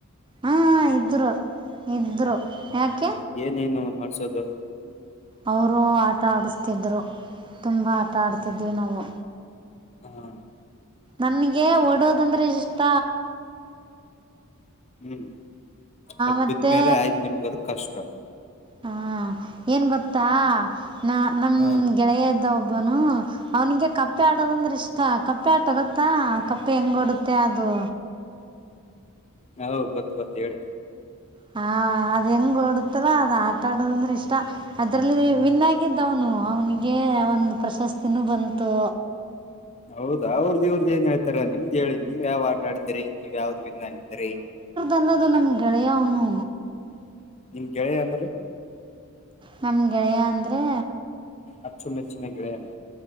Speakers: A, on the right; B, on the left.
A: ಹಾ ಇದ್ರು ಇದ್ರು ಯಾಕೆ
B: ಏನೇನು ಮಾಡ್ಸೋದು
A: ಅವರು ಆಟ ಆಡಸ್ತಿದ್ರು ತುಂಬಾ ಆ ಆಟ ಆಡ್ತಿದ್ದ್ವಿ
B: ಹ
A: ನಾವು
B: ಹ
A: ನಮಗೆ ಓಡೋದಂದ್ರೆ ಇಷ್ಟ
B: ಹ್ಮ್ ಬಟ್
A: ಮತ್ತು
B: ಬಿದ್ಮೇಲೆ ಆಯ್ತು ನಿಮ್ಗ ಅದ ಕಷ್ಟ ಅ
A: ಹಾ ಏನ್ ಗೊತ್ತಾ ನ ನಮ್
B: ಹ
A: ಗೆಳೆಯ ಇದ್ದ ಒಬ್ಬ ವ್ನು ಅವನಿಗೆ ಕಪ್ಪೆ
B: ಹ್ಮ್
A: ಆಡೋದಂದ್ರೆ ಇಷ್ಟ ಕಪ್ಪ ಪೇಟ ಗೊತ್ತಾ ಕಪ್ಪೆ ಹೆಂಗ್ ಓಡುತ್ತೆ ಅದು
B: ಹ ಹೌ ಗೊತ್ತ್ಗೊತ್ತು ಹೇಳಿ
A: ಹಾ ಅದ್ ಹೆಂಗ ಓಡುತ್ತಲ್ಲ ಅದ ಆಟಾ ಆಡೋದಂದ್ರೆ ಇಷ್ಟ ಅದ್ರಲ್ಲಿ ವಿನ್ನಾಗಿದ್ದವನು ಅವ್ನಿಗೆ ಒಂದು ಪ್ರಶಸ್ತಿನೂ ಬಂತು
B: ಹೌದಾ ಅವ್ರದ್ದ ಇವ್ರದ್ದ ಏನ್ ಹೇಳ್ತಾರ ನಿಮ್ದು ಹೇಳಿ ನೀವು ಯಾವ್ ಆಟಾಡಿತಿರಿ ನೀವು ಯಾವ್ದ್ ವಿನ್ನಾಗಿದ್ದರಿ?
A: ಅನ್ನೋದು ನನ್ ಗೆಳೆಯ ಅವನು?
B: ನಿನ್ ಗೆಳೆಯ ಅಂದ್ರ
A: ನನ್ ಗೆಳೆಯ ಅಂದ್ರೆ
B: ಅಚ್ಚುಮೆಚ್ಚಿನ ಗ್ರೇನ್